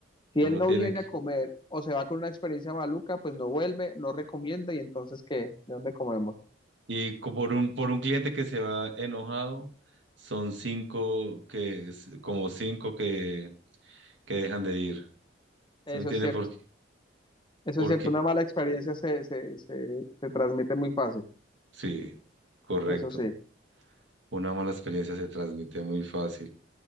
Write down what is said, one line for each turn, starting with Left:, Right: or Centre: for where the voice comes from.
Right: Uno
Left: Si él no
Right: tiene
Left: viene
Right: que...
Left: a comer o se va con una experiencia maluca, pues no vuelve, no recomienda y entonces ¿qué? ¿De dónde comemos?
Right: Y co- por un, por un cliente que se va enojado, son cinco que, como cinco que, que dejan de ir. ¿Se
Left: Eso
Right: me entiende?
Left: es cierto,
Right: Porque,
Left: eso
Right: porque
Left: es cierto, una mala experiencia se, se, se, se transmite muy fácil,
Right: Sí, correcto.
Left: eso sí.
Right: Una mala experiencia se transmite muy fácil.